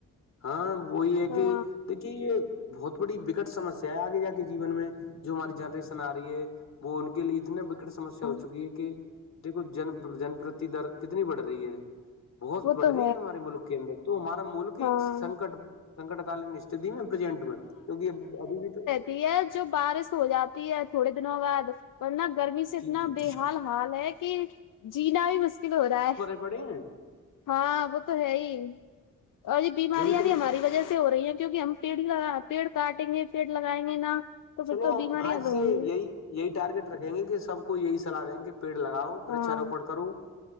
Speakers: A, on the left; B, on the left.
A: ہاں وہی ہے
B: ہاں
A: کہ یہ بہت بڑی بکٹ سمسیا ہے آگے جا کے جیون میں جو ہماری جنریشن آ رہی ہے وہ ان کے لیے اتنے سمسیا
B: ہاں
A: ہو چکی ہے کہ دیکھو جن جن پرتی در کتنی بڑھ رہی ہے بہت
B: وہ
A: بڑھ
B: تو
A: رہی ہے ہمارے ملک کے اندر تو ہمارا ملک ہی
B: ہاں
A: سنکٹ کالین است میں پرزینٹ میں کیکہ ابھی بھی تو
B: یہ جو بارش ہو جاتی ہے تھوڑے دنوں بعد ورنہ گرمی سے اتنا
A: جی جی
B: بے حال حال ہے کہ جینا بھی مشکل ہو رہا ہے
A: بڑے ہیں
B: ہاں وہ تو ہے ہی اور یہ بیماریاں
A: جبھی تمہیں
B: بھی ہماری وجہ سے ہو رہی ہیں کیوںک ہم پیڑ ہی لگا پیڑ کاٹیں گے پیڑ لگائیں گے نا تو پھر
A: چلو
B: تو
A: ہم
B: بیماریاں
A: آج
B: تو
A: سے
B: ہوں گی
A: یہی یہی ٹارگیٹ رکھیں گے کہ سب کو یہی سلاح دیں کہ پیڑ لگاؤ وچاروپن
B: ہاں
A: کرو